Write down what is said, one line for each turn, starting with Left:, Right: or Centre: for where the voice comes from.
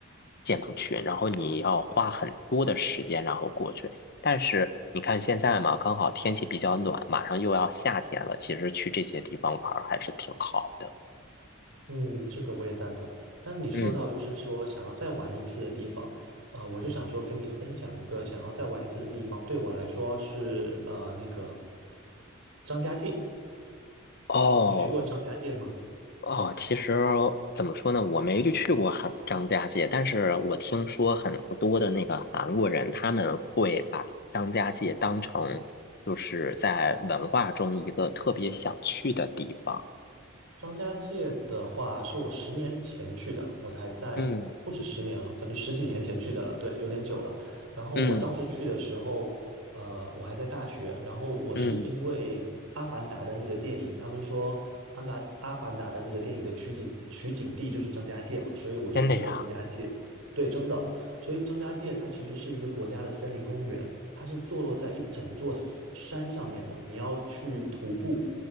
Left: 建筑群，然后你要花很多的时间然后过去。但是你看现在嘛，刚好天气比较暖，马上又要夏天了，其实去这些地方玩儿还是挺好的。
Right: 嗯，这个我也赞同。但是你说到就是说想要再玩一次的地方，
Left: 嗯，
Right: 呃，我就想说跟你分享一个想要再玩一次的地方，对我来说是呃那个张家界。
Left: 哦。
Right: 你去过张家界吗？
Left: 哦，其实怎么说呢，我没就去过韩张家界，但是我听说很多的那个韩国人，他们会把张家界当成就是在文化中一个特别想去的地方。
Right: 张家界的话，是我十年前去的，我才在不止十年了，
Left: 嗯
Right: 可能十几年前去的了，对，有点久了。然后我当时去的时候，
Left: 嗯
Right: 呃，我还在大学，然后我是因为《阿凡达》的那个电影，
Left: 嗯，
Right: 他们说阿凡阿凡达的那个电影的取景取景地就是张家界嘛，所以我就去了张家界。
Left: 真的呀？
Right: 对，真的，所以张家界它其实是一个国家的森林公园，它是坐落在一整座山山上面的，你要去徒步。